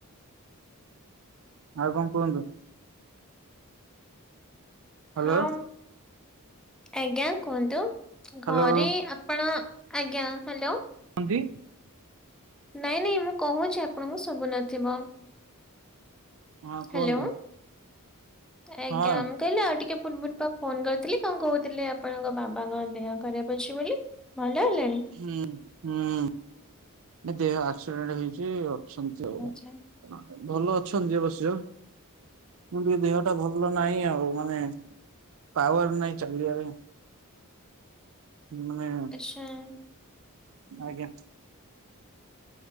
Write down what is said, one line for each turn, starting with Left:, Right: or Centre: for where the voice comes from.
Right: ଆଉ କଣ କୁହନ୍ତୁ। ହ୍ୟାଲୋ
Centre: ହଁ ଆଜ୍ଞା କୁହନ୍ତୁ।
Right: ହ୍ୟାଲୋ
Centre: ଘରେ ଆପଣ ଆଜ୍ଞା ହ୍ୟାଲୋ।
Right: ହଣ୍ଡି
Centre: ନାଇଁ ନାଇଁ ମୁଁ କହୁଛି ଆପଣଙ୍କୁ ଶୁଭୁ ନଥିବ?
Right: ହଁ
Centre: ହ୍ୟାଲୋ
Right: କୁହନ୍ତୁ।
Centre: ଆଜ୍ଞା
Right: ହଁ
Centre: କହିଲେ ଆଉ ଟିକେ ପୂର୍ବୁରୁ ଫୋନ କରିଥିଲି କଣ କହୁଥିଲେ ଆପଣଙ୍କ ବାବାଙ୍କ ଦେହ ଖରାପ ଅଛି ବୋଲି? ଭଲ ହେଲାଣି?
Right: ହୁଁ ହୁଁ ଦେହ ଆସିରେଣ୍ଟ ହେଇଛି ଅଛନ୍ତି ଆଉ।
Centre: ଆଚ୍ଛା
Right: ଭଲ ଅଛନ୍ତି ଅବଶ୍ୟ। କିନ୍ତୁ ଦେହ ଟା ଭଲ ନାହିଁ ଆଉ ମାନେ ପାୱର ନାଇଁ ଚାଲିବାରେ ମାନେ
Centre: ଛା
Right: ଆଜ୍ଞା।